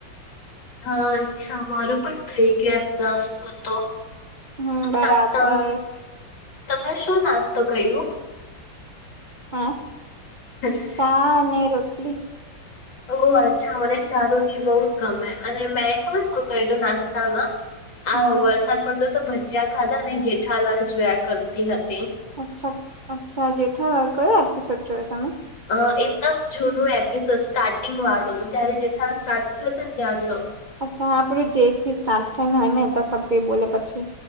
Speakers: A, on the left (about 75°); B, on the right (about 40°).
A: હા, અચ્છા અમારું પણ થઇ ગયું એમ નાસતો તો
B: હમ્મ બરાબર
A: નાસ્તા તમે શું નાસ્તો કયરુ
B: હ
A: <unintelligible>
B: ચા ને રોટલી
A: ઓ અચ્છા મને ચા રોટલી બહુ જ ગમે અને મેં ખબર શું કું નાસ્તામાં આ
B: હમ
A: વરસાદ પડતો તો ભજીયા ખાધા અને જેઠાલાલ જોયા કરતી હતી,
B: અચ્છા અચ્છા જેઠાલાલ કયો એપિસોડ જોયો તમે
A: અ એકદમ જૂનું એપિસોડ સ્ટાર્ટિંગ વાળું જયારે જેઠા સ્ટાર્ટ થયયો હત ને ત્યારનો
B: અચ્છા હા આપેડું જેલ થી સ્ટાર્ટ થાય હમે સબ કોઈ બોલે પછી